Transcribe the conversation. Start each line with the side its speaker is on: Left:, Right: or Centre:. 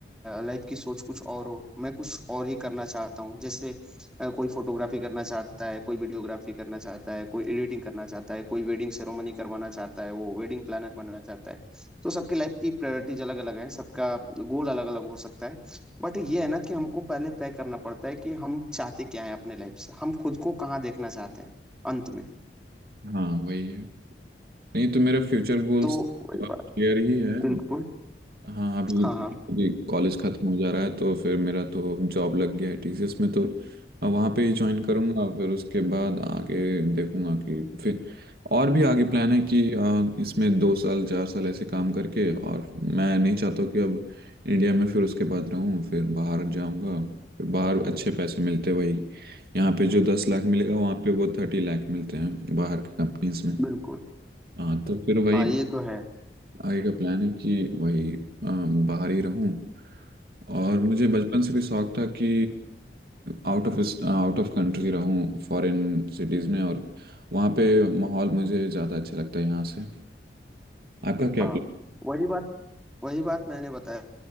Centre: लाइफ की सोच कुछ और हो मैं कुछ और ही करना चाहता हूँ जैसे अ, कोई फोटोग्राफी करना चाहता है कोई वीडियोग्राफी करना चाहता है कोई एडिटिंग करना चाहता है कोई वेडिंग सेरेमनी करवाना चाहता है वो वेडिंग प्लानर बनना चाहता है तो सबकी लाइफ की प्रायोरिटीज अलग अलग है सबका गोल अलग अलग हो सकता है बट ये है ना कि हमको पहले तय करना पड़ता है कि हम चाहते क्या है अपने लाइफ से हम खुद को कहाँ देखना चाहते हैं अंत में
Right: हाँ वही है नहीं तो मेरे फ्यूचर गोल्स
Centre: तो वही
Right: क्लियर
Centre: बात
Right: ही है
Centre: बिल्कुल
Right: हाँ अभी
Centre: हाँ हाँ
Right: अभी कॉलेज खत्म हो जा रहा है तो फिर मेरा तो जॉब लग गया है टीसीएस में तो अब वहाँ पे ही ज्वाइन करूँगा फिर उसके बाद आगे देखूँगा कि फिर और भी आगे प्लान है कि अ, इसमें दो साल चार साल ऐसे काम करके और मैं नहीं चाहता कि अब इंडिया में फिर उसके बाद रहूँ फिर बाहर जाऊँगा फिर बाहर अच्छे पैसे मिलते वही यहाँ पे जो दस लाख मिलेगा वहाँ पे वो थर्टी लाख मिलते हैं बाहर की कंपनीज में
Centre: बिल्कुल
Right: हाँ तो फिर वही
Centre: हाँ ये तो है
Right: आगे का प्लान है कि वही अम, बाहर ही रहूं और मुझे बचपन से भी शौक था कि out of out of country रहूं फॉरेन सिटीज़ में और वहाँ पे माहौल मुझे ज़्यादा अच्छा लगता है यहाँ से आपका क्या
Centre: हाँ
Right: प्लान
Centre: वही बात वही बात मैंने बताया